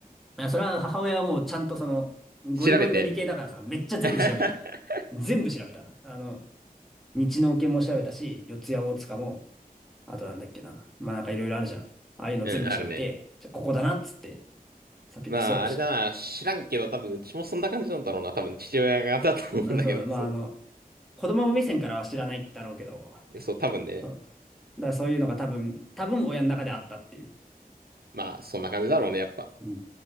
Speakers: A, in the centre; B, on the right.
A: あそれは母親はもうちゃんとその、ゴリゴリの理系だからさ、
B: 調べて。
A: めっちゃ全部調べる。
B: <laughs>
A: 全部調べた。あの、日能研も調べたし、四谷大塚も、あとなんだっけな。まあなんかいろいろあるじゃん。ああいうの全部調べて、
B: うん、あるね。
A: じゃあここだなっつって、サピック総合した。
B: まあ、あれだな、知らんけど、多分、うちもそんな感じなんだろうな。多分、父親がだと思うんだけど、
A: あ、そう、まああの、
B: そう。
A: 子供目線からは知らないだろうけど、
B: そう、多分ね。
A: そう。だからそういうのが多分、多分親の中であったっていう。
B: まあ、そんな感じだろうね、やっぱ。
A: うん